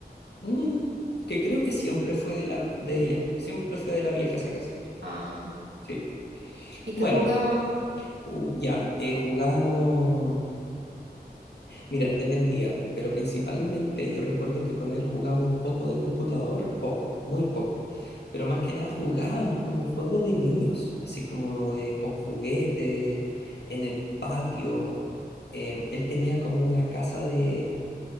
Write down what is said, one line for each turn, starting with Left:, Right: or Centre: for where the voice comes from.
Left: Mm, que creo que siempre fue de la, de ella, siempre fue de la vieja esa casa.
Right: Ah,
Left: Sí.
Right: ¿y qué
Left: Bueno,
Right: jugaban?
Left: ju- ya, eh, jugamos, Mira, dependía, pero principalmente yo recuerdo que con él jugamos un poco de computador, poco, muy poco, pero más que nada jugábamos como juegos de niños, así como de con juguetes, en el patio. Em, él tenía como una casa de,